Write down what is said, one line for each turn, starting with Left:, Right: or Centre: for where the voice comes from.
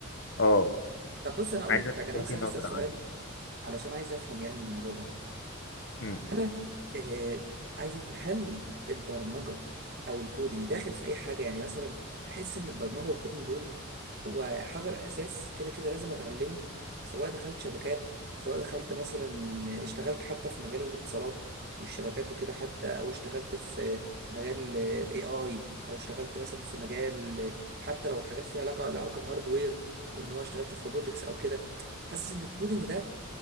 Left: اه
Right: طب بص انا اقول
Left: عايزك
Right: لك حاجه انا
Left: تلقي
Right: بس عايز
Left: نظرة
Right: اسال سؤال
Left: عنه
Right: علشان عايز افهم يعني الموضوع ده
Left: مم.
Right: انا آه عايز افهم هل البرمجه او الكودينج داخل في اي حاجه يعني مثلا بحس ان البرمجه والكودينج دول هو حجر اساس كده كده لازم اتعلمه سواء دخلت شبكات سواء دخلت مثلا اشتغلت حتى في مجال الاتصالات والشبكات وكده حتى او اشتغلت في مجال الاي اي او اشتغلت مثلا في مجال حتى لو حاجات فيها علاقه لها علاقه بهاردوير وان هو اشتغلت في روبوتكس او كده حاسس ان الكودينج ده